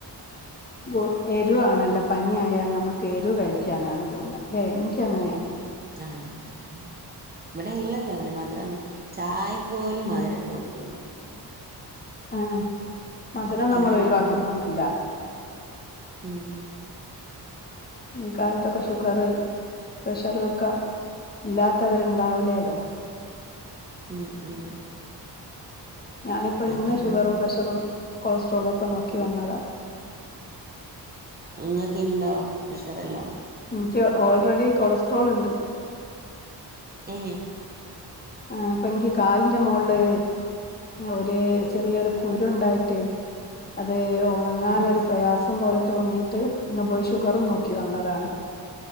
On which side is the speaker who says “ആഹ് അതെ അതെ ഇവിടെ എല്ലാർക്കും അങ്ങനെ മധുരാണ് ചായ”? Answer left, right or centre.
Right